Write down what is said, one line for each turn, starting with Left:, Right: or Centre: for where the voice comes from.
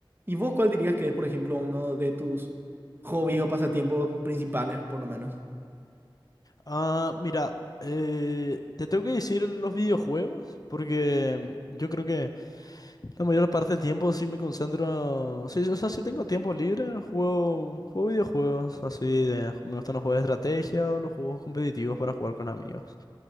Right: ¿Y vos cuál dirías que es, por ejemplo, uno de tus hobbies o pasatiempos principales, por lo menos?
Left: Ah, mira, eh, te tengo que decir los videojuegos, porque mm, yo creo que la mayor parte del tiempo sí me concentro, sí, o sea, si tengo tiempo libre, juego, juego videojuegos, así de- me gustan los juegos de estrategia o los juegos competitivos para jugar con amigos.